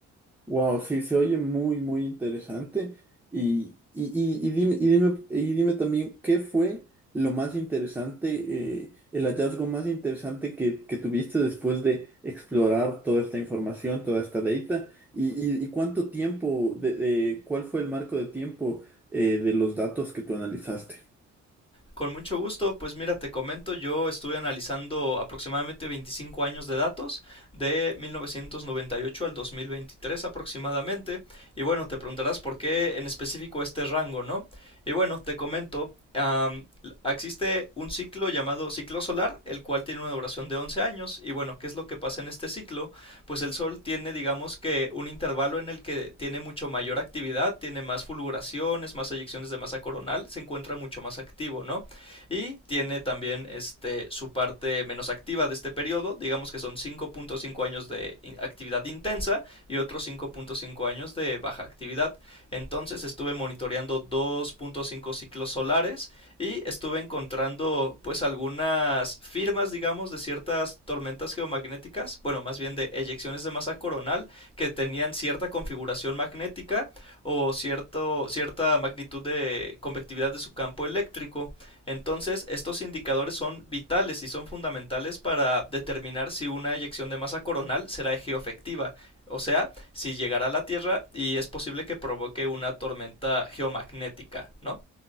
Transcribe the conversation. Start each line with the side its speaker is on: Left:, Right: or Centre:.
Centre: Wow, sí, se oye muy, muy interesante. Y, y, y, y dime, y dime, y dime también, ¿qué fue lo más interesante, eh, el hallazgo más interesante que, que tuviste después de explorar toda esta información, toda esta data? ¿Y, y, y cuánto tiempo, de, de- cuál fue el marco de tiempo, eh, de los datos que tú analizaste?
Left: Con mucho gusto, pues mira, te comento, yo estuve analizando aproximadamente 25 años de datos, de 1998 al 2023 aproximadamente, y bueno, te preguntarás por qué en específico este rango, ¿no? Y bueno, te comento, am, existe un ciclo llamado ciclo solar, el cual tiene una duración de 11 años, y bueno, ¿qué es lo que pasa en este ciclo? Pues el Sol tiene, digamos que, un intervalo en el que tiene mucho mayor actividad, tiene más fulguraciones, más eyecciones de masa coronal, se encuentra mucho más activo, ¿no? Y tiene también este, su parte menos activa de este periodo, digamos que son cinco punto cinco años de actividad intensa y otros cinco punto cinco años de baja actividad. Entonces estuve monitoreando dos punto cinco ciclos solares y estuve encontrando pues algunas firmas, digamos, de ciertas tormentas geomagnéticas, bueno, más bien de eyecciones de masa coronal que tenían cierta configuración magnética o cierto, cierta magnitud de convectividad de su campo eléctrico. Entonces, estos indicadores son vitales y son fundamentales para determinar si una eyección de masa coronal será geoefectiva, o sea, si llegará a la Tierra y es posible que provoque una tormenta geomagnética, ¿no?